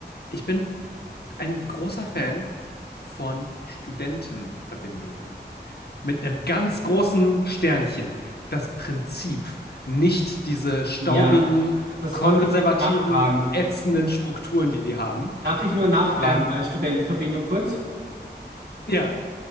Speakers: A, on the left; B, on the right.
A: ich bin ein großer Fan von Studentenverbindungen. Mit einem ganz großen Sternchen. Das Prinzip. Nicht diese staubigen,
B: ja, das
A: konservativen,
B: wollte ich jetzt nachfragen.
A: ätzenden Strukturen, die die haben.
B: Darf ich nur nachfragen
A: Ähm,
B: bei Studentenverbindung kurz?
A: ja.